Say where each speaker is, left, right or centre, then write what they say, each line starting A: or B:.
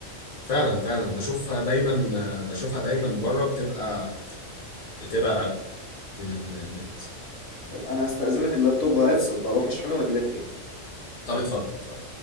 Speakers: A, on the left; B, on the left.
A: فعلا فعلا بشوفها دايما آه، بشوفها دايما بره بتبقى بتبقى اغلى من النت
B: طب أنا هستأذنك اللابتوب هيفصل فأروح أشحنه وأجيلك تاني
A: طب اتفضل اتفضل